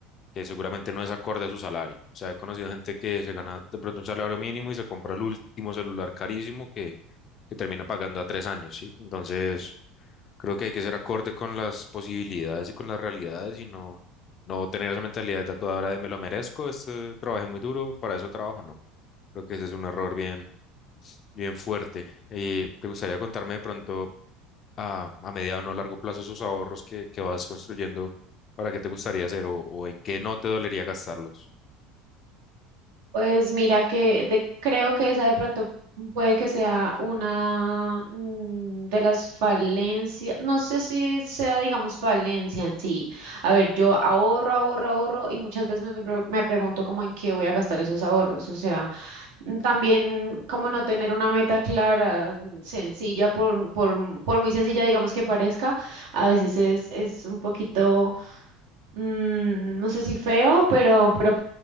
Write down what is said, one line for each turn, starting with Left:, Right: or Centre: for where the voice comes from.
Left: que seguramente no es acorde a su salario. O sea, he conocido gente que se gana de pronto un salario mínimo y se compra el último celular carísimo que, que termina pagando a tres años, ¿sí? Entonces, creo que hay que ser acorde con las posibilidades y con las realidades y no, no tener esa mentalidad de a toda hora de me lo merezco, este, trabajé muy duro, para eso trabajo, no. Creo que ese es un error bien, bien fuerte. ¿Y te gustaría contarme de pronto a, a mediano o no largo plazo esos ahorros que, que vas construyendo para qué te gustaría hacer o, o en qué no te dolería gastarlos?
Right: Pues mira que de- creo que esa de pronto puede que sea una mm, de las falencias, no sé si sea, digamos, falencia en sí. A ver, yo ahorro, ahorro, ahorro y muchas veces me, me pre- me pregunto como en qué voy a gastar esos ahorros. O sea, mm, también como no tener una meta clara, mm, sencilla, por, por, mm, por muy sencilla, digamos, que parezca, a veces es, es un poquito mm, no sé si feo, pero, pero